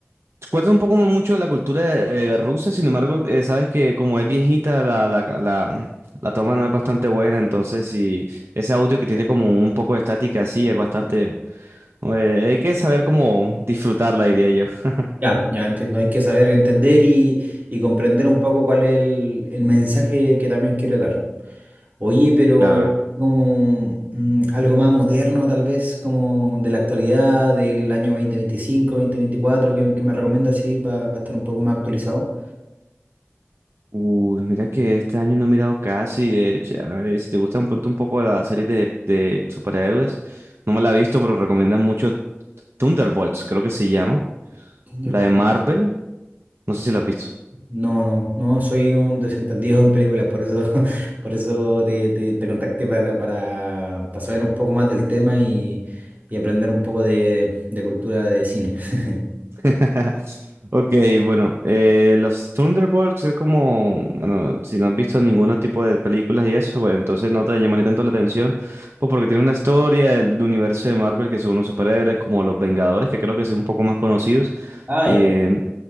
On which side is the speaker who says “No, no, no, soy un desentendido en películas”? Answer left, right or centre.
Right